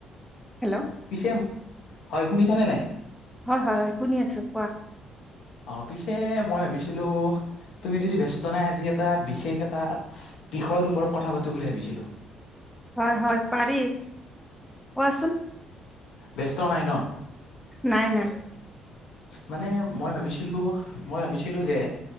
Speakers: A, in the centre; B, on the left (about 65°).
A: হেল্ল'?
B: পিছে, হয় শুনিছানে নাই।
A: হয়, হয়, হয় শুনি আছোঁ কোৱা।
B: অ' পিছে মই ভাবিছিলো, তুমি যদি ব্যস্ত নাই আজি এটা বিশেষ এটা বিষয়ৰ ওপৰত কথা পাতো বুলি ভাবিছিলো।
A: হয়, হয় পাৰি, কোৱাচোন!
B: ব্যস্ত নাই ন?
A: নাই, নাই।
B: মানে মই ভাবিছিলোঁ, মই ভাবিছিলোঁ যে